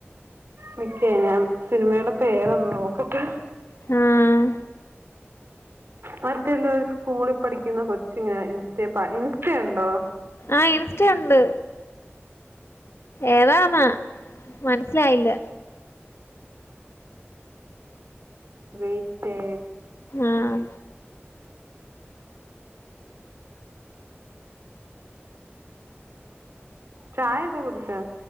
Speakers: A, on the right; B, on the left.
A: നിക്കേ ഞാൻ സിനിമേടെ പേരൊന്ന് നോക്കട്ടെ
B: ആഹ്
A: മറ്റെന്തുവാ ഒരു സ്കൂളിൽ പഠിക്കുന്ന കൊച്ചിങ്ങനെ ഇൻസ്റ്റയെ പാടി ഇൻസ്റ്റാ ഉണ്ടോ?
B: ആഹ് ഇൻസ്റ്റ ഉണ്ട് ഏതാനാ മന സിലായില്ല
A: വെയ്റ്റെ
B: ആഹ്
A: ചായയൊക്കെ കുടിച്ചോ?